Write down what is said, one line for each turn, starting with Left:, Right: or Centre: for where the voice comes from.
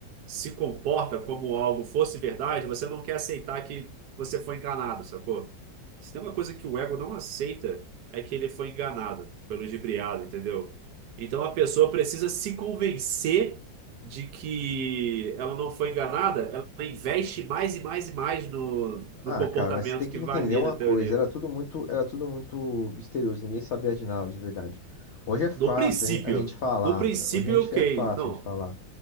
Right: se comporta como algo fosse verdade, você não quer aceitar que você foi enganado, sacou? Se tem uma coisa que o ego não aceita, é que ele foi enganado, foi ludibriado, entendeu? Então a pessoa precisa se convencer de que ela não foi enganada, ela investe mais e mais e mais no, no
Left: Ah,
Right: comportamento
Left: cara, mas você tem que
Right: que
Left: entender
Right: valida
Left: uma
Right: a
Left: coisa.
Right: teoria.
Left: Era tudo muito, era tudo muito misterioso. Ninguém sabia de nada, de verdade. Hoje é fácil
Right: No princípio.
Left: a gen- a gente falar,
Right: No princípio,
Left: mano. Hoje a gente
Right: ok.
Left: é fácil
Right: Não,
Left: a gente falar.